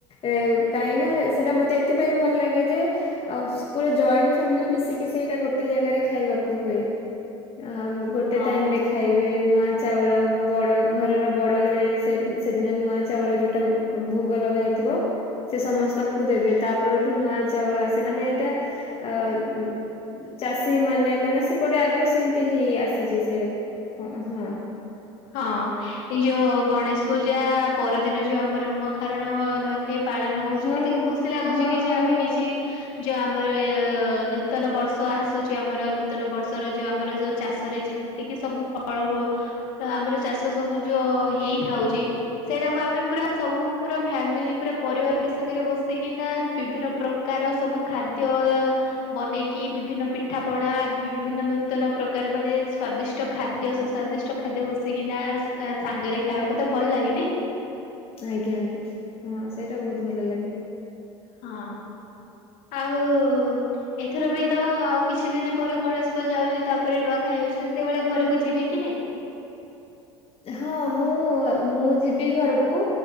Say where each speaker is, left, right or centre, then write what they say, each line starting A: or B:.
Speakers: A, on the left (about 40°); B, on the left (about 60°).
A: ଏ କାହିଁକିନା ସେଇଟା ମତେ ଏଥିପାଇଁ ଭଲ ଲାଗେ ଯେ ଆଉ ପୁରା ଜଏଣ୍ଟ ଫ୍ୟାମିଲି ମିଶିକି ସେଇଟା ଗୋଟେ ଜାଗାରେ ଖାଇବାକୁ ହୁଏ। ଆ ଗୋଟେ
B: ହଁ
A: ଟାଇମ ରେ ଖା ଖାଇବେ ନୂଆ ଚାଉଳ ବଡ଼ ଘରର ବଡ଼ ଜଣେ ସେ ସେଦିନ ନୂଆ ଚାଉଳ ଯେଉଁଟା ଭୋଗ ଲଗା ହେଇଥିବ। ସେ ସମସ୍ତଙ୍କୁ ଦେବେ ତାପଠୁ ନୂଆ ଚାଉଳ ଆସେ ମାନେ ଏଇଟା ଆଃ ଚାଷୀ ମାନେ ମାନେ ସେପଟେ ଆଗରୁ ସେମିତି ହେଇ ଆସିଛି ସେ କ ହଁ।
B: ହଁ। ଏଇ ଯୋଉ ଗଣେଶ ପୂଜା ପରଦିନ ଯୋଉ ଆମର ନୂଆ ଖାରଣ ନୂଆଖାଇ ପାଳନ ହଉଛି
A: ହଁ
B: କେତିକି ଖୁସି ଲାଗୁଛି କି ଯେ
A: ହଁ
B: ଆମେ କିଛି ଯଉ ଆମର ଏ ନୂତନ ବର୍ଷ ଆସୁଛି ଆମର ନୂତନ ବର୍ଷର ଯଉ ଆମର ସ ଚାଷରେ ଚି ଏତିକି ସବୁ ଫଳ ଆମର ଚାଷ ସବୁ ଯଉ ହେଇଥାଉଛି। ସେଇଟାକୁ ଆମେ ପୁରା ସବୁ ପୁରା ଫ୍ୟାମିଲି ପୁରା ପରିବାର ସାଙ୍ଗରେ ବସିକିନା ବିଭିନ୍ନ ପ୍ରକାର ପ୍ରକାର ସବୁ ଖାଦ୍ୟ ବନେଇକି ବିଭିନ୍ନ ପିଠା ପଣା ବିଭିନ୍ନ ନୂତନ ପ୍ରକାର ମାନେ ସ୍ଵାଦିଷ୍ଟ ଖାଦ୍ୟ। ସୁସ୍ଵାଦିଷ୍ଟ ଖାଦ୍ୟ ବସିକିନା ସାଙ୍ଗରେ ଖାଇବା କେ ତେ ଭଲ ଲାଗେ ନାଇଁ?
A: ଆଜ୍ଞା ଆଜ୍ଞା ହଁ ସେଇଟା ବହୁତ ଭଲ ଲାଗେ।
B: ହଁ ଆଉ ଏଥର ବି ତ ଆଉ କିଛି ଦିନ ପରେ ଗଣେଶ ପୂଜା ହଉଛି ତାପରେ ନୂଆ ଖାଇ ହାଉଛି ସେତେବେଳେ ଘରକୁ ଯିବେ କି ନାଇଁ?
A: ହଁ ମୁଁ ମୁଁ ଯିବି ଘରକୁ